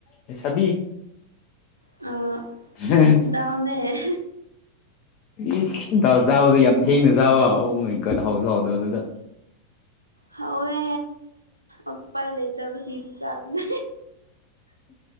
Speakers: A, on the left; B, on the right.
A: ꯑꯩ ꯁꯥꯕꯤ
B: ꯑ
A: ꯍꯝ
B: ꯗꯥꯜꯅꯦ
A: ꯏ ꯁꯟꯥꯎ ꯆꯥꯕꯗ ꯌꯥꯝ ꯊꯦꯡꯅ ꯆꯥꯕ ꯑꯣ ꯃꯩꯒꯠ ꯍꯥꯎꯁꯨ ꯍꯥꯎꯗ ꯑꯗꯨꯗ
B: ꯍꯋꯦ ꯎꯄꯥꯏ ꯂꯩꯇꯕꯒꯤ ꯆꯥꯕꯅ